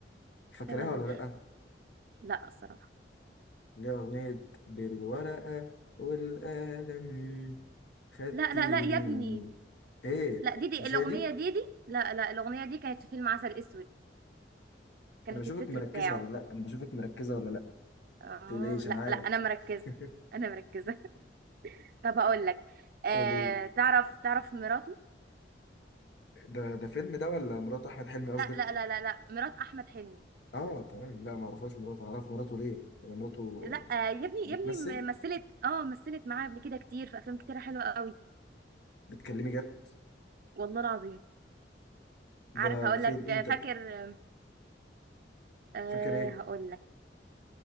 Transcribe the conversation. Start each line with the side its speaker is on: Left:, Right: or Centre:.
Left: فاكرها
Right: فعلا
Left: ولا لأ؟
Right: لا الصراحة
Left: اللي هي أغنية بالورقة والقلم خدتيني
Right: لا لا لا يا ابني
Left: إيه
Right: لا ديدي
Left: مش
Right: الاغنيه
Left: هي دي؟
Right: ديدي لا لا الاغنيه دي كانت في فيلم عسل اسود كانت
Left: أنا بشوفك
Right: التتر
Left: مركزة
Right: بتاعه
Left: ولا لأ؟ أنا بشوفك مركزة ولا لأ؟
Right: اه
Left: متقلقيش
Right: لا
Left: أنا عارف
Right: لا انا مركزه
Left: <laughs>
Right: انا مركزه <laughs> طب هقول لك آه
Left: قوليلي
Right: تعرف تعرف مراته
Left: ده ده فيلم ده ولا مرات أحمد حلمي قصدك؟
Right: لا لا لا لا لا مرات احمد حلمي
Left: آه تمام لأ معرفهاش مراته أعرف مراته ليه؟ يعني مراته
Right: لا آه يا ابني
Left: بتمثل
Right: يا ابني م- مثلت اه مثلت معاه قبل كده كتير في افلام كتير حلوه قوي
Left: بتكلمي جد
Right: والله العظيم
Left: ده
Right: عارف هقول
Left: فين
Right: لك
Left: إمتى؟
Right: آه، فاكر آه آه،
Left: فاكر إيه؟
Right: هقول لك